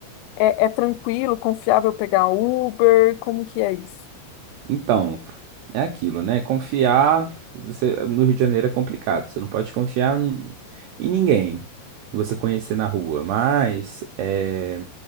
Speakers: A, on the left (about 85°); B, on the right (about 85°).
A: é, é tranquilo, confiável pegar Uber? Como que é isso?
B: Então, é aquilo, né? Confiar você- no Rio de Janeiro é complicado. Você não pode confiar n- em ninguém que você conhecer na rua. Mas é,